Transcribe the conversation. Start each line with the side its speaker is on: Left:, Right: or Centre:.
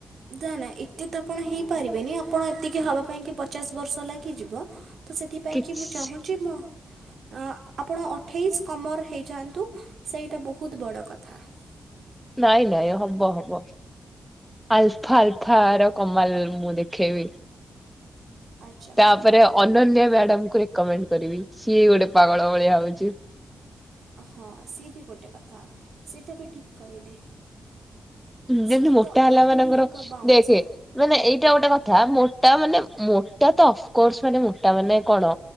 Right: ଦା ନା ଏତେ ତ ଆପଣ ହେଇପାରିବେନି ଆପଣ ଏତିକି ହବା ପାଇଁ କି ପଚାଶ ବର୍ଷ ଲାଗିଯିବ। ତ ସେଥିପାଇଁ
Centre: କିଛି
Right: କି ମୁଁ ଚାହୁଁଛି ମ ଅ ଆପଣ ଅଠେଇଶ କମର୍ ହେଇଯାଆନ୍ତୁ ସେଇଟା ବହୁତ ବଡ଼ କଥା। ହ <unintelligible>
Centre: ନାଇଁ ନାଇଁ ହବ ହବ। ଆଲଫା ଆଲଫା ର କମାଲ ମୁଁ ଦେଖେଇବି।
Right: ଆଚ୍ଛା
Centre: ତାପରେ
Right: ବହୁତ ଭଲ
Centre: ଅନନ୍ୟା
Right: ବହୁତ ଭଲ
Centre: ମ୍ୟାଡମକୁ ରି କମେଣ୍ଟ କରିବି ସିଏ ଗୋଟେ ପାଗଳ ଭଳିଆ ହଉଛି।
Right: ହଁ ସିଏ ବି ଗୋଟେ କଥା ସେଇଟା ବି ଠିକ୍ କହିଲେ।
Centre: ଯେମତି
Right: ସିଏ
Centre: ମୋଟା
Right: ତ
Centre: ହେଲା
Right: ଆହୁରି
Centre: ମାନଙ୍କର
Right: ଏକ ବାଉଁଶ
Centre: ଦେଖେ। ମାନେ ଏଇଟା ଗୋଟେ କଥା ମୋଟା ମାନେ ମୋଟା ତ କରସରେ ମୋଟା ମାନେ କଣ